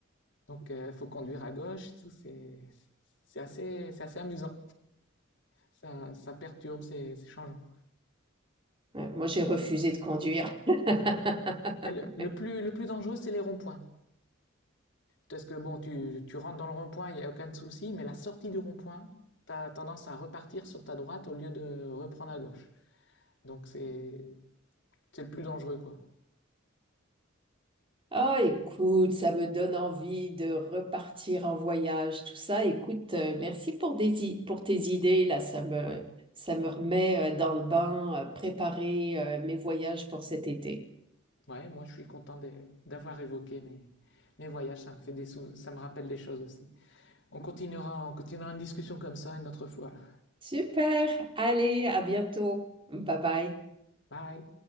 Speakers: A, on the left; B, on the right.
A: Donc il faut conduire à gauche et tout. C'est c'est assez, c'est assez amusant. ça, ça perturbe, c'est c'est changeant.
B: Ouais, moi, j'ai refusé de conduire. <laughs>
A: Et le, le
B: Ouais.
A: plus, le plus dangereux, c'est les ronds-points. Parce que bon, tu, tu rentres dans le rond-point, il n'y a aucun souci, mais la sortie du rond-point, tu as tendance à repartir sur ta droite au lieu de reprendre à gauche. Donc c'est c'est le plus dangereux, quoi.
B: Oh, écoute, ça me donne envie de repartir en voyage, tout ça. Écoute, euh, merci pour, des i- pour tes idées, là, ça me,
A: Ouais.
B: ça me remet euh, dans le bain, euh, préparer euh, mes voyages pour cet été.
A: Ouais, moi je suis content d'avoir évoqué mes, mes voyages, ça me fait des sou- ça me rappelle des choses aussi. On continuera, on continuera une discussion comme ça une autre fois. Là.
B: Super, allez, à bientôt. Bye bye.
A: Bye!